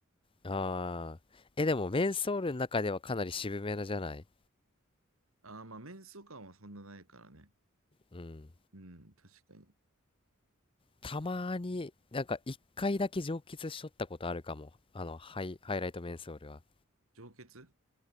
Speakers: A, on the left (about 25°); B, on the right (about 80°).
A: ああ。え、でも、メンソールの中ではかなり渋めなじゃない
B: ああ、まあ、メンソ感はそんなないからね。
A: うん。
B: うん、確かに。
A: たまーに、なんか、一回だけ蒸気しとったことあるかも。あの、ハイ、ハイライトメンソールは。
B: 上血